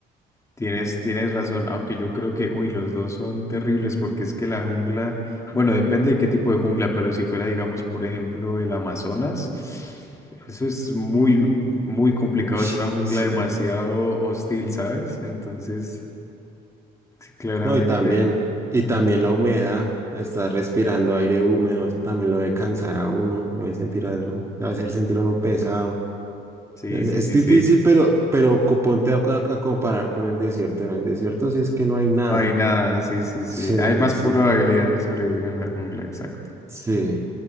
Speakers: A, on the left; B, on the right.
A: tienes, tienes razón, aunque yo creo que, uy, los dos son terribles porque es que la jungla, bueno, depende de qué tipo de jungla, pero si fuera, digamos, por ejemplo, el Amazonas, eso es muy, muy complicado,
B: <sniffs>
A: es una jungla
B: Sí.
A: demasiado hostil, ¿sabes? Entonces, sí, claramente.
B: No, y también, y
A: ujú.
B: también la humedad. Estar respirando aire húmedo, eso también lo debe cansar a uno, lo debe sentir a, hacer sentir a uno pesado.
A: Sí,
B: Es
A: sí,
B: es
A: sí,
B: difícil,
A: sí.
B: pero, pero co- ponte a, a- a comparar con el desierto. En el desierto sí es que no hay nada.
A: No hay nada, sí, sí, sí.
B: Sí, ahí
A: Hay más
B: sí.
A: probabilidad de sobrevivir en la jungla, exacto.
B: Sí.